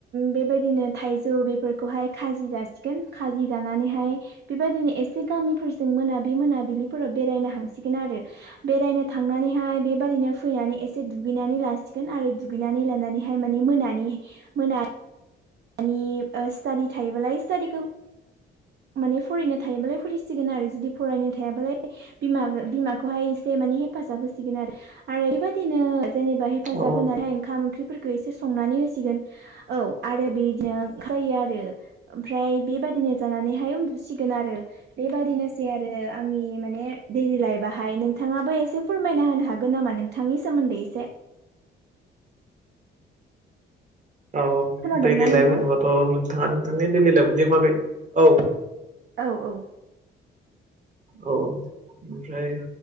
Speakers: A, on the right (about 60°); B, on the right (about 40°).
A: बेबायदिनो थाइजौ बेफोरखौहाय खाजि जासिगोन खाजि जानानैहाय बेबायदिनो एसे गामिफोरजों मोनाबि मोनाबिलिफोराव बेरायनो हांसिगोन आरो बेरायनो थांनानैहाय बेबादिनो फैनानै एसे दुगैनानै लासिगोन आरो दुगैनानै लानानैहाय हाय माने मोनानि मोना मानि स्टाादि थायोबालाय स्टाादिखौ माने फरायनो थायोबालाय फरायिसिगोन आरो जुदि फरायनो थायाबालाय बिमा बिमाखौहाय एसे माने हेफाजाब होसिगोन आरो आरो बेबायदिनो जेनेबा हेफाजाब
B: औ
A: होनानै ओंखाम ओंख्रिफोरखौ एसे संनानै होसिगोन औ आरो बेदिनो ओंखारलायो आरो ओमफ्राय बेबादिनो जानानैहाय उन्दुसिगोन आरो। बेबादिनोसै आरो आंनि माने दैडलि लाइफआ। हाय नोंथाङाबो एसे फोरमायना होनो हागोन नामा नोंथांनि सोमोन्दै एसे।
B: औ
A: खोनादोंना
B: दैलि लाइफ
A: नोंथां?
B: होनोबाथ' नोंथाङा नोंथांनि दैडलि लाइफनि बागै औ
A: औ औ
B: औ ओमफ्राय